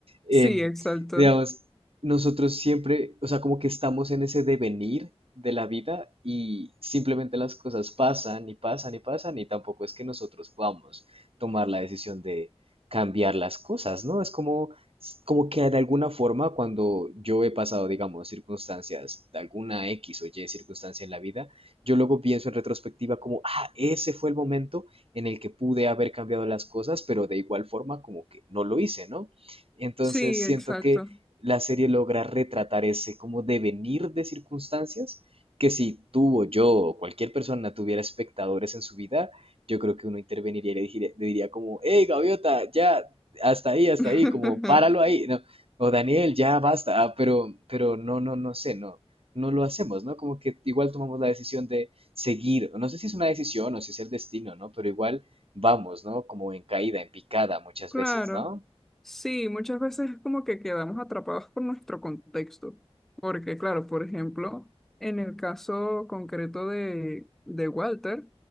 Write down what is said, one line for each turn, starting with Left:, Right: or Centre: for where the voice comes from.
Right: em,
Centre: Sí, exacto.
Right: digamos, nosotros siempre, o sea, como que estamos en ese devenir de la vida y simplemente las cosas pasan y pasan y pasan y tampoco es que nosotros podamos tomar la decisión de cambiar las cosas, ¿no? Es como s- como que de alguna forma cuando yo he pasado, digamos, circunstancias, de alguna X o Y circunstancia en la vida, yo luego pienso en retrospectiva como, ah, ese fue el momento en el que pude haber cambiado las cosas, pero de igual forma como que no lo hice, ¿no? Entonces
Centre: Sí, exacto.
Right: siento que la serie logra retratar ese como devenir de circunstancias que si tú o yo o cualquier persona tuviera espectadores en su vida, yo creo que uno interveniría y le dijera- le diría, como, hey, gaviota, ya, hasta ahí, hasta
Centre: <laughs>
Right: ahí, como páralo ahí, ¿no? O Daniel, ya basta, ah, pero, pero no, no, no sé, no, no lo hacemos, ¿no? Como que igual tomamos la decisión de seguir, no sé si es una decisión o si es el destino, ¿no? Pero igual vamos, ¿no? Como en caída, en picada muchas
Centre: Claro,
Right: veces, ¿no?
Centre: sí, muchas veces es como que quedamos atrapados por nuestro contexto, porque claro, por ejemplo, en el caso concreto de, de Walter,